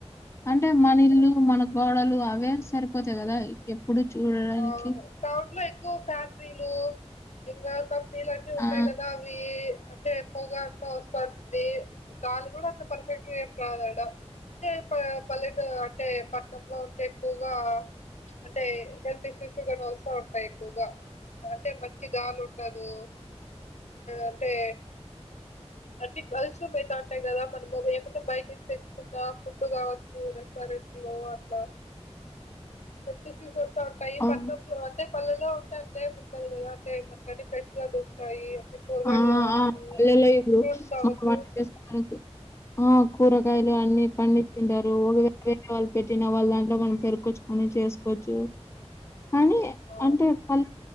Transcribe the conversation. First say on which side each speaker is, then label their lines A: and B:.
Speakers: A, on the left (about 25°); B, on the left (about 80°).
A: అంటే మన ఇల్లు మన గోడలు అవే సరిపోతాయి కదా ఎప్పుడు చూడడానికి
B: అవును టౌన్లో ఎక్కువ ఫ్యాక్టరీలు ఇంకా కంపెనీలు అన్నీ ఉంటాయి
A: ఆ
B: కదా అవి అంటే పొగ అంత వస్త ఉంటుంది గాలి కూడా అంత పర్ఫెక్ట్ గా ఏం రాదాడ అంటే పల్లెట అంటే పట్నంలో ఉంటే ఎక్కువగా అంటే హెల్త్ ఇష్యూస్ కానీ వస్తా ఉంటాయి ఎక్కువగా అంటే మంచి గాలి ఉండదు. అంటే అన్ని కలుషితం అయితా ఉంటాయి కదా మనము ఏమన్నా బయట తెచ్చుకున్నా ఫుడ్ కావచ్చు రెస్టారెంట్లో అట్లా పెటి <inaudible> ఉంటాయి
A: ఆ
B: పట్టనంలో అంటే పల్లెలో అట్లే ఉండదు కదా అంటే మనకన్ని ఫ్రెష్ గా దొరుకుతాయి కూరగాయలు
A: ఆ
B: కావచ్చు
A: అ పల్లెలే ఇపుడు
B: ఫ్రూట్స్ కావచ్చు
A: ఆ <inaudible> ఆ కూరగాయలు అన్ని పండించిటారు ఒకవే వేరే వాళ్ళు పెట్టిన వాళ్ళ దాంట్లో మనం పెరుకొచ్చుకోని చేసుకోవచ్చు కానీ
B: ఆ
A: అంటే పల్